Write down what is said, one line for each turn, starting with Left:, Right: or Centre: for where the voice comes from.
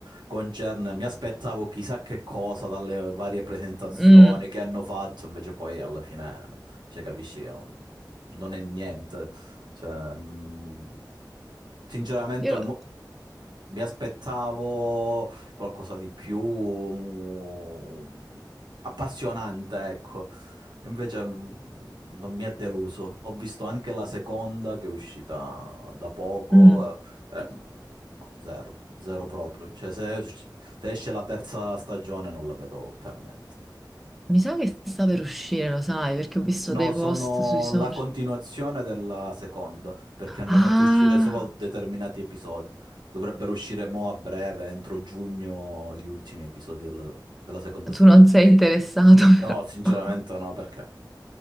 Right: concerne. Mi aspettavo chissà che cosa dalle varie presentazioni
Centre: Mm,
Right: che hanno fatto, invece poi alla fine, cioè, capisci che non, non è niente. Cioè, mh, sinceramente,
Centre: io-
Right: mo- mi aspettavo qualcosa di più mm, appassionante, ecco. Invece mh, non mi ha deluso. Ho visto anche la seconda che è uscita da poco.
Centre: mm,
Right: eh, eh, mh, no, zero, zero proprio. Cioè, se, se esce la terza stagione non la vedo per niente.
Centre: mi sa che sta per uscire, lo sai, perché ho visto
Right: No,
Centre: dei
Right: sono
Centre: post sui social.
Right: la continuazione della seconda, perché hanno
Centre: Ah!
Right: fatto uscire solo determinati episodi. Dovrebbero uscire mo a breve, entro giugno, gli ultimi episodi della, della seconda stagione.
Centre: Tu non sei interessato,
Right: No,
Centre: <laughs>
Right: sinceramente
Centre: però.
Right: no, perché?